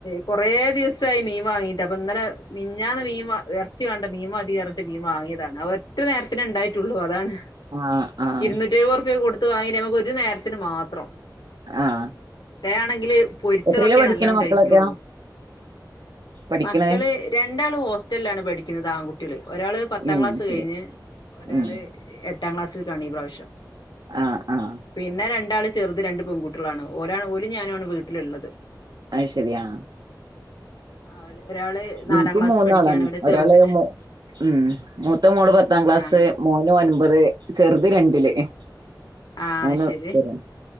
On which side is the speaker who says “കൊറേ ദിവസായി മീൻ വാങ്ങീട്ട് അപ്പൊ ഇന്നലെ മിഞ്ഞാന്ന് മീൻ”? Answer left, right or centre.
Left